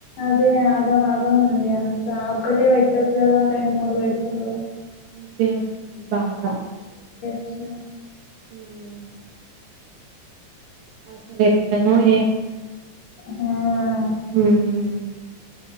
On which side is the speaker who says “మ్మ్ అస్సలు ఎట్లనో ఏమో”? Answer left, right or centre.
Right